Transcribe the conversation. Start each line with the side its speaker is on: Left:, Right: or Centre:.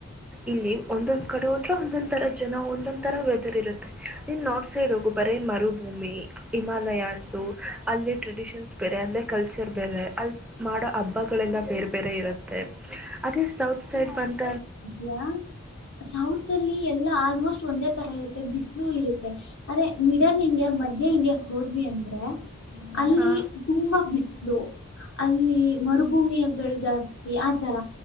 Centre: ಇಲ್ಲಿ ಒಂದೊಂದ್ ಕಡೆ ಹೋದ್ರೆ ಒಂದೊಂದ ತರ ಜನ ಒಂದೊಂದ್ ತರ ವ್ಯ ಇರುತ್ತೆ ನೀನ್ ನಾರ್ತ್ ಸೈಡ್ ಹೋಗು ಬರೇ ಮರುಭೂಮಿ ಹಿಮಾಲಯಾಸು ಅಲ್ಲಿ ಟ್ರೆಡಿಷನ್ಸ್ ಬೇರೆ ಅಲ್ಲೇ ಕಲ್ಚರ್ ಬೇರೆ ಅಲ್ಲಿ ಮಾಡೋ ಹಬ್ಬಗಳೆಲ್ಲ ಬೇರೆ ಬೇರೆ ಇರುತ್ತೆ ಅದೇ ಸೌತ್ ಸೈಡ್ ಬಂದ
Left: ್ಯಾ ಸೌತ್ ಅಲ್ಲಿ ಎಲ್ಲಾ ಆಲ್ಮೋಸ್ಟ್ ಒಂದೇ ತರ ಇರುತ್ತೆ ಬಿಸಿಲು ಇರುತ್ತೆ ಅ್ರೆ ಮಿಡಲ್ ಇಂಡಿಯಾ ಮಧ್ಯ ಇಂಡಿಯಕ್ ಹೋದ್ವಿ ಅಂದ್ರೆ ಅಲ್ಲಿ
Centre: ಹಾ
Left: ತುಂಬಾ ಬಿಸಲು ಅಲ್ಲಿ ಮರುಭೂಮಿಯಗಳು ಜಾಸ್ತಿ ಆತರ